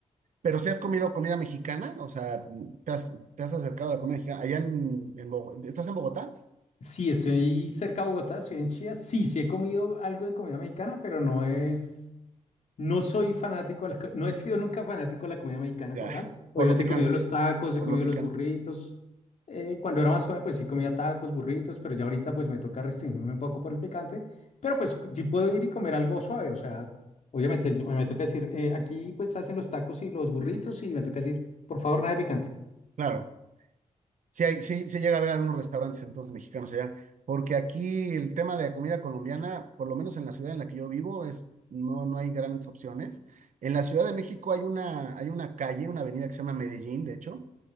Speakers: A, on the right (about 75°); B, on the left (about 65°).
A: Pero si has comido comida mexicana, o sea, te has, te has acercado a la comida mexicana. Allá en, en Bogotá, ¿estás en Bogotá?
B: Sí, estoy cerca de Bogotá, estoy en Chía, sí, sí he comido algo de comida mexicana, pero no es, No soy fanático, de las co- no he sido nunca fanático de la comida mexicana
A: Ya,
B: como tal. Obviamente
A: por lo picante,
B: he comido los tacos, he
A: por
B: comido
A: lo picante.
B: los burritos. Eh, cuando era más joven, pues sí comía tacos, burritos, pero ya ahorita pues me toca restringirme un poco por el picante. Pero pues sí puedo ir y comer algo suave, o sea, obviamente yo- me toca decir, eh, aquí pues hacen los tacos y los burritos y me toca decir, por favor, nada de picante.
A: Claro, sí, hay, sí, se llega a ver algunos restaurantes entonces mexicanos allá, porque aquí el tema de la comida colombiana, por lo menos en la ciudad en la que yo vivo, es, no, no hay grandes opciones. En la Ciudad de México hay una, hay una calle, una avenida que se llama Medellín, de hecho,